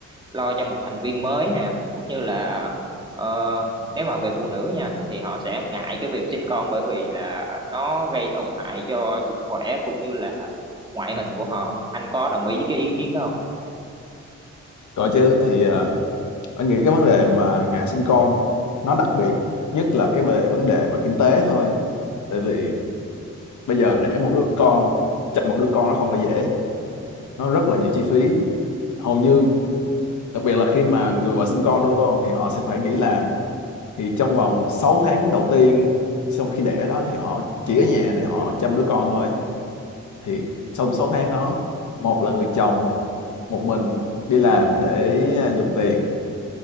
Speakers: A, on the right; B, on the left.
A: lo cho một thành viên mới nè cũng như là ờ, nếu mà về phụ nữ nha thì họ sẽ ngại cái việc sinh con bởi vì là nó gây tổn hại cho sức khỏe cũng như là ngoại hình của họ anh có đồng ý với cái ý kiến đó không
B: Còn chứ thì ờ, anh nghĩ cái vấn đề mà ngại sinh con nó đặc biệt nhất là cái về vấn đề mà kinh tế thôi tại vì bây giờ đẻ một đứa con chăm một đứa con nó không phải dễ nó rất là nhiều chi phí hầu như đặc biệt là khi mà người vợ sinh con đúng không thì họ sẽ phải nghỉ làm thì trong vòng 6 tháng đầu tiên sau khi đẻ đó thì họ chỉ ở nhà để họ chăm đứa con thôi thì trong 6 tháng đó một là người chồng một mình đi làm để à, dùng tiền